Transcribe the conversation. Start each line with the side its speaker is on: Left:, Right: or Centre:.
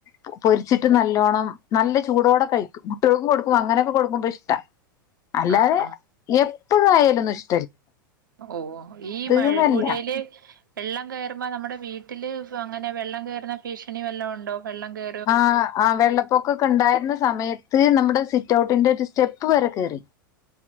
Left: പൊ പൊരിച്ചിട്ട് നല്ലോണം നല്ല ചൂടോടെ കഴിക്കും ൾക്കും കൊട്ക്കും അങ്ങെനെയെക്കെ കൊട്ക്കുമ്പ ഇഷ്ടാ അല്ലാതെ
Right: ആഹ്
Left: എപ്പഴും ആയ ഇതാെന്നും ഷ്
Right: ഉവ്വോ ഈ മഴപ്പുഴേല്
Left: ന്നല്ല
Right: വെള്ളം കയറ്മ്പോ നമ്മടെ വീട്ടില് ഫ് അങ്ങെനെ വെള്ളം കയറ്ന്ന ഫീഷണി വല്ലാേണ്ടോ വെള്ളം കേ
Left: ആഹ് ആഹ് വെള്ളപ്പൊക്കൊക്കെണ്ടായ്ര്ന്ന സമയത്ത് നമ്മടെ സിറ്റൗട്ടിന്റെ ഒര് സ്റ്റെപ്പ് വരെ കേറി